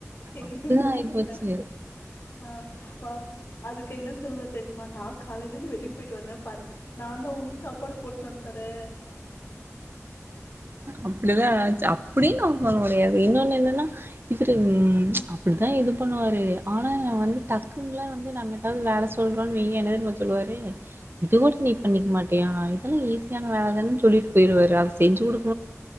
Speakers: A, on the left; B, on the right.
A: எங்க
B: அப்டிதா
A: வீட்லயும்
B: ஆயிப்போச்சு
A: அப்டி நடக்கு ஆ வா அதுக்கு என்ன சொல்லுவா தெரியுமா நா காலைலந்து வெளியே போயிட்டு வந்தே பாரு நா தா ஒனக்கு சாப்பாடு போட்டுன்னு வந்துதரே
B: அப்டிதா ஆச்சி அப் அப்டின்னு அவுங்களோடய இன்னொன்னு என்னன்னா <unintelligible> இப்டி தா இது பண்ணுவாரு ஆனா வந்து டக்குன்லா வந்து நம்ம என்னைக்காவது வேல சொல்றோன்னு வைய என்ன தெரியுமா சொல்லுவாரு ஆ இது கூட நீ பண்ணிக்க மாட்ட ட்டியா இதெல்லா ஈஸியான வேல தானன்னு சொல்லிட்டு போயிடுவாரு அத செஞ்சு கொடுக்